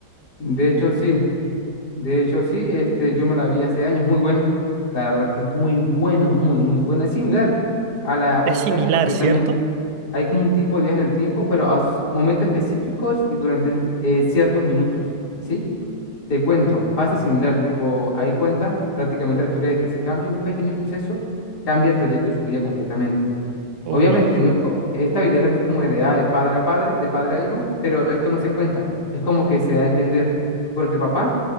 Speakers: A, on the left; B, on the right.
A: De hecho, sí. De hecho, sí. Este, yo me la vi hace años, muy buena. La verdad que es muy buena, muy, muy buena. Es similar a la About
B: Es similar,
A: Time porque
B: ¿cierto?
A: también hay como un tipo de viaje en el tiempo, pero a s- momentos específicos y durante eh, ciertos minutos, ¿sí? Te cuento, pasa similar, tipo, hay cuenta prácticamente la historia de que si cambia un pequeño suceso, cambia el trayecto de su vida completamente.
B: Uy,
A: Obviamente, no es co- esta habilidad también fue como heredada de padre a padre, de padre a hijo, pero esto no se cuenta. Es como que se da a entender, porque el papá